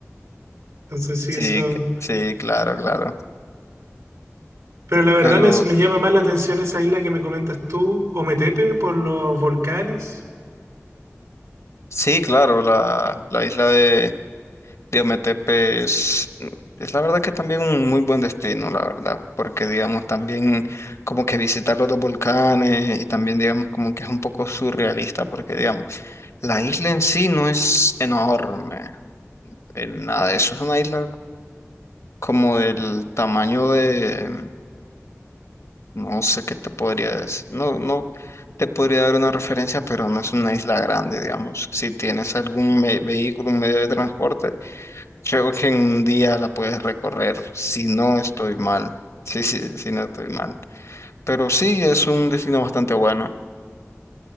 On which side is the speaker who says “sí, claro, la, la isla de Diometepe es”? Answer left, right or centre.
Left